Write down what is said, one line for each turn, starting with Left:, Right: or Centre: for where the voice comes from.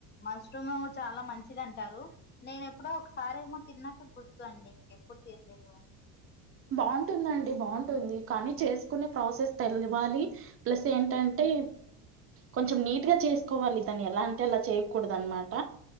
Left: మష్రూమ్ చాలా మంచిది అంటారు నేను ఎప్పుడో ఒకసారి ఏమో తిన్నట్టు గుర్తు అండి ఇంకెప్పుడు తినలేదు
Right: బాగుంటుందండి బాగుంటుంది కానీ చేసుకునే ప్రాసెస్ తెలివాలి ప్లస్ ఏంటంటే కొంచెం నీట్గా చేసుకోవాలి దాన్ని ఎలా అంటే అలా చేయకూడదు అనమాట.